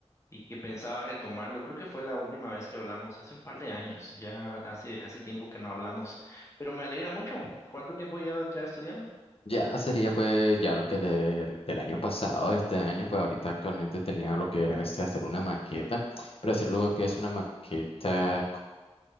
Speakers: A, on the left; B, on the left.
A: y que pensabas retomarlo. Creo que fue la última vez que hablamos, hace un par de años, ya hace, hace tiempo que no hablamos, pero me alegra mucho. ¿Cuánto tiempo llevas ya estudiando?
B: Ya sería pues ya lo que del del año pasado, este año, pues ahorita actualmente tenía lo que era este hacer una maqueta, pero hacer lo que es una maqueta